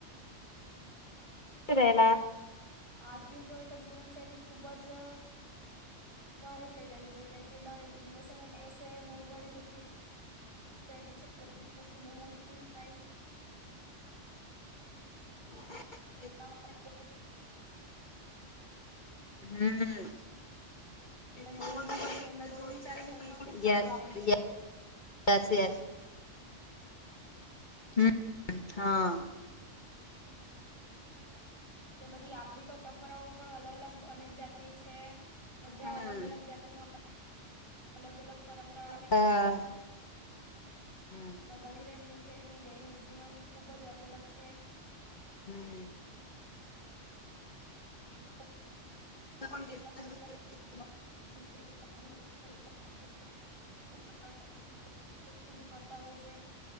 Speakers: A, on the left; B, on the right.
A: શું રહેયલા
B: આજની જોઈએ તો જીવનશૈલી ખૂબ જ ભારે થઈ રહી છે કેમ કે દિવસે ને દિવસે મોંઘવારી વધતી જ રી છે બધી જ વસ્તુ બહુ મોંઘી થાય
A: <unintelligible>
B: એટલા માટે બોવ
A: હમ્મ <unintelligible>
B: એટલે બહુ જ મોંઘવારી એટલે કોઈ વિચારીને એ પણ ખર્ચા કરવા પડે છે
A: <unintelligible> હ હા
B: તે બધી આપણી તો પરંપરાઓ પણ અલગ અલગ અનેક જાતની છે બધા
A: હમ
B: અલગ અલગ જાતિમાં અલગ અલગ પરંપરા
A: હા હમ
B: બધાની રહેણી કેણી દૈનિક જીવન ખૂબ જ અગ અલગ છે
A: હમ્મ
B: <unintelligible>
A: <unintelligible>
B: પણ તેટલા <unintelligible> <unintelligible> સુધી ફરતા હોય છે.